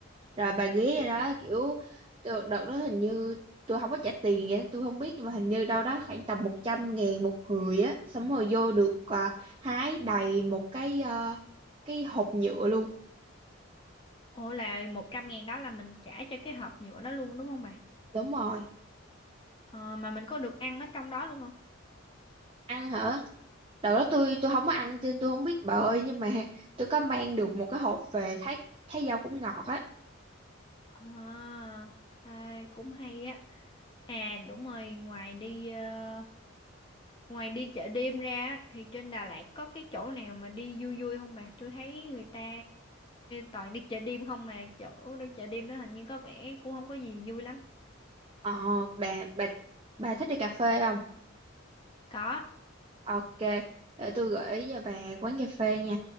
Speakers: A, on the right; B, on the left.
A: rồi bà ghé rồi đó kiểu đợt, đợt đó hình như tôi không có trả tiền vậy tôi không biết nhưng mà hình như đâu đó khoảng tầm 100 ngàn một người á xong rồi vô được à, hái đầy một cái ờ, cái hộp nhựa luôn
B: ủa là một trăm ngàn đó là mình trả cho cái hộp nhựa đó luôn đúng không bà
A: đúng rồi
B: Ờ, mà mình có được ăn ở trong đó luôn không
A: ăn hả đầu đó tôi tôi không có ăn cho nên tôi không biết bà ơi nhưng mà tôi có mang được một cái hộp về thấy thấy rau cũng ngọt á
B: à, ê, cũng hay á À đúng rồi, ngoài đi ờ, ngoài đi chợ đêm ra á, thì trên Đà Lạt có cái chỗ nào mà đi vui vui không bà? Tôi thấy người ta toàn đi chợ đêm không mà chỗ đó chợ đêm đó hình như có vẻ cũng không có gì vui lắm.
A: ờ bà bà bà thích đi cà phê không
B: Có.
A: ok để tôi gửi cho bà quán cà phê nha